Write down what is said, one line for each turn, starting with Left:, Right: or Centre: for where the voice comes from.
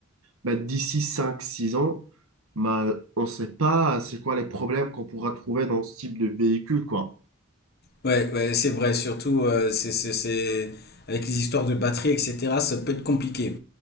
Right: bah, d'ici cinq six ans, bah, on ne sait pas c'est quoi les problèmes qu'on pourra trouver dans ce type de véhicule, quoi.
Left: Ouais, ouais, c'est vrai, surtout euh, c'est, c'est, c'est- avec les histoires de batterie, etc., ça peut être compliqué.